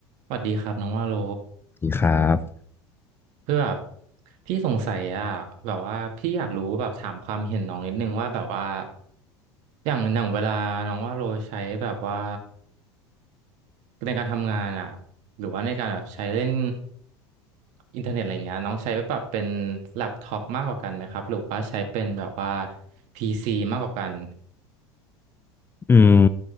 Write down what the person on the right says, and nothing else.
สวัสดีครับน้องว่าโล
เพื่อแบบพี่สงสัยอะแบบว่าพี่อยากรู้แบบถามความเห็นน้องนิดนึงว่าแบบว่าอย่างอย่างเวลาน้องว่าโลใช้แบบว่าในการทำงานอะหรือว่าในการแบบใช้เล่นอินเทอร์เน็ตอะไรเงี้ยน้องใช้แบบเป็นแล็ปท็อปมากกว่ากันไหมครับหรือว่าใช้เป็นแบบว่าพีซีมากกว่ากัน